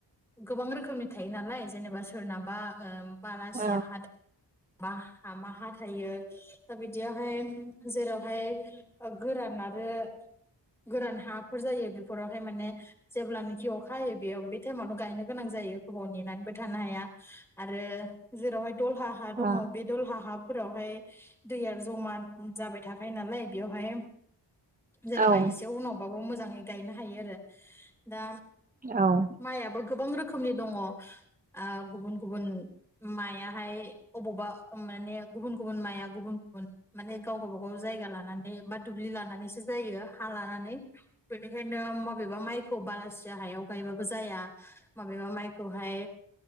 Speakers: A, in the centre; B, on the right.
A: गोबां रोखोमनि थायो नालाय जेनेबा सोरनाबा ओ बालासिया
B: औ
A: हादाबा हामा हा थायो दा बिदियावहाय जेरावहाय गोराना आरो गोरान हाफोर जायो बेफोरावहाय माने जेब्लानोखि अखा हायो बेयाव बे टाइमावनो गायनो गोनां जायो। गोबाव नेनानैबो थानो हाया आरो जेरावहाय दलहा हा दङ'
B: औ
A: बे दलहा हा फोरावहाय दैया ज'मा जाबाय थाखायो नालाय बेयावहाय
B: औ
A: जेनेबा एसे उनावबाबो मोजाङै गायनो हायो आरो दा
B: औ
A: माइयाबो गोबां रोखोमनि दंङ' ओ गुबुन गुबुन मायाहाय अबावबा माने गुबुन गुबुन माया गुबुन गुबुन। माने गाव गावबा गाव जायगा लानानै बा दुब्लि लानानैसो जायो हा लानानै बेनिखायनो मबेबा मायखौ बालासेया हायाव गायबाबो जाया माबेबा मायखौहाय